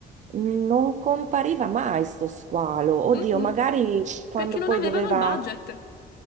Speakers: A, on the right; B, on the left.
A: non compariva mai sto squalo. Oddio,
B: mhm.
A: magari quando
B: Perché non
A: poi
B: avevano
A: doveva...
B: il budget.